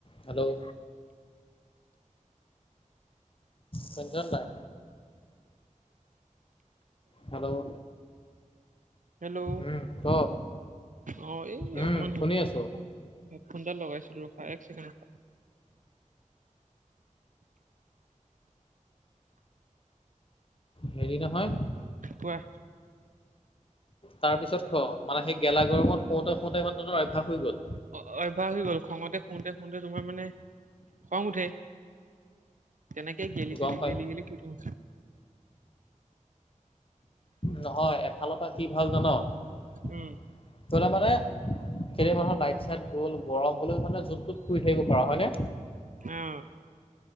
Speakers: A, on the left (about 40°); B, on the right (about 70°).
A: হেল্ল' তেঞ্চন নাই। হেল্ল'
B: হেল্ল'
A: উম ক
B: অহ এই
A: উম
B: অকমান
A: শুনি আছো
B: হেডফোন ডাল লগাইছিলো ৰখা এক ছেকেণ্ড ৰখা।
A: হেৰি নহয়।
B: কোৱা?
A: তাৰ পিছত খ মানে সেই গেলা গৰমত শুওঁতে শুওঁতে ইমান ততৰ অভ্যাস হৈ গ'ল।
B: অ অভ্যাস হৈ গ'ল খঙতে শুওঁতে শুওঁতে তোমাৰ মানে খং উঠে। তেনেক গেলি
A: গম
B: চেলি
A: পাই
B: গেলি গেলি শুই থাকোং।
A: নহয় এফালৰ পৰা কি ভাল জান, ধৰি
B: উম
A: ল মানে কেতিয়া মানুহৰ লাইট চাইট গ'ল গৰম হ'লেও মানে য'ত তত শুই থাকিব পৰা হয় নে?
B: <unintelligible>